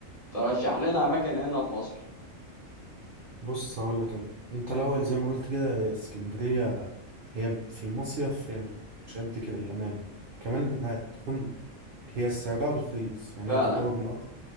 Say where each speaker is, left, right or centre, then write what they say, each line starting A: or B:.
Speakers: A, on the left; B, on the right.
A: ترشح لنا أماكن هنا في مصر
B: بص هقول لك انا انت الاول زي ما قلت كده هي اسكندريه هي في المصيف هي مش قد كده للامانه كمان هتكون هي سعرها رخيص يعني
A: فعلا
B: هي تعتبر من أرخص